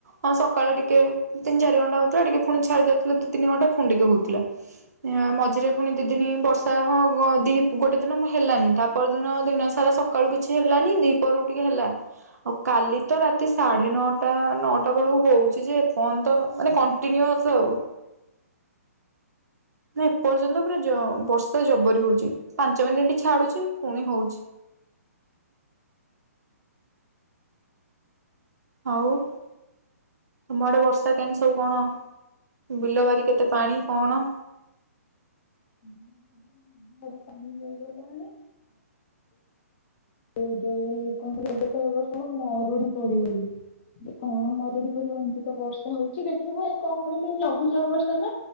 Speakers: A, on the right; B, on the left.
A: ହଁ ସକାଳେ ଟିକେ ତିନି ଚାରି ଘଣ୍ଟା ହଉଥିଲା ଟିକେ ପୁଣି ଛାଡି ଯାଉଥିଲା ଦି ତିନି ଘଣ୍ଟା ପୁଣି ଟିକେ ହଉଥିଲା। ଇଆଁ ମଝିରେ ପୁଣି ଦି ଦିନି ବର୍ଷା ହଁ ହଁ ଦି ଗୋଟେ ଦିନ ମ୍ ହେଲାନି ତା ପରଦିନ ଦିନ ସାରା ସକାଳୁ କିଛି ହେଲାନି ଦିପହରକୁ ଟିକେ ହେଲା। ଆଉ କାଲି ତ ରାତି ସାଢେ ନଅଟା ନଅଟା ବେଳୁକୁ ହଉଛି ଯେ ଏପର୍ଯ୍ୟନ୍ତ ମାନେ କନ୍ ଟିନିଓସ୍ ଆଉ। ମାନେ ଏପର୍ଯ୍ୟନ୍ତ ପୁରା ଜ ବର୍ଷା ଜବରି ହଉଛି। ପାଞ୍ଚ ମିନିଟ୍ ଛାଡୁଛି ପୁଣି ହଉଛି। ଆଉ ତମ ଆଡେ ବର୍ଷା କେମିତି ସବୁ କଣ? ବିଲବାରି କେତେ ପାଣି କଣ
B: <unintelligible> ଏ ଯୋଉ <unintelligible> ବର୍ଷ ମରୁଡି ପଡିବ ବୋଲି। କଣ ମରୁଡି ପଡିବ। ଏମିତି ତ ବର୍ଷା ହଉଚି ଦେଖିବ ଏ କଣ କହିଲ ଲଘୁଚାପ ବର୍ଷା ନା।